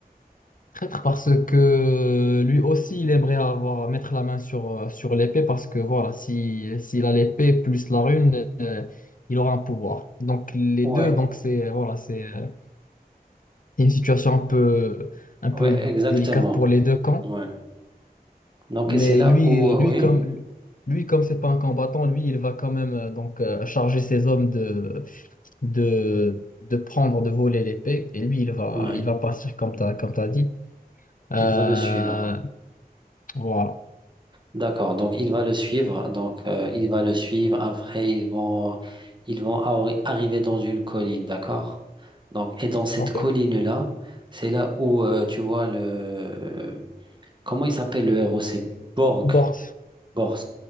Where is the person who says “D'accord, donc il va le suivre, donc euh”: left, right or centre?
Right